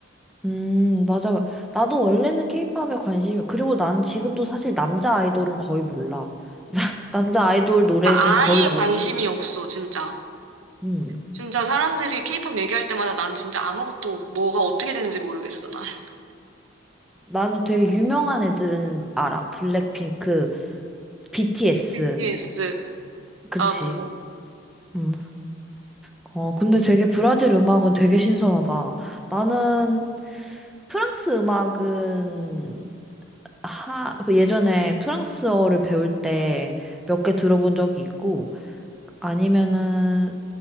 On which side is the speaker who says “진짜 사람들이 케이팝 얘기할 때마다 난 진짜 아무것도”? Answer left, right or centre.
Right